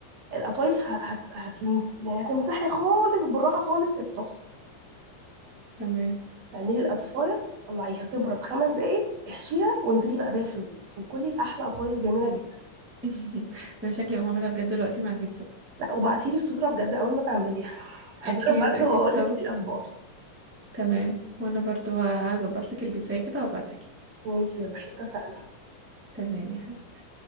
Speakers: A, on the right (about 60°); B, in the centre.
A: القطايف ه- هت... هت... يعني هتمسحي خالص بالراحه خالص الطاسه
B: تمام
A: تعملي القطفايه طلعيها تبرد خمس دقايق احشيها وانزلي بقى بيها في الزيت وكلي احلى قطايف جميله جدا
B: <laughs> انا شكلي اقوم اعملها بجد دلوقتي مع البيتزا
A: لا وبعتيلي الصوره بجد اول ما تعمليها <laughs> هجرب
B: اكيد
A: برضه
B: اكيد
A: واقول
B: طبعا
A: لك ايه الاخبار
B: تمام وانا برضو هظبط لك البيتزا كده وابعتها لك
A: ماشي يا روحي اتفقنا
B: تمام يا حبيبتي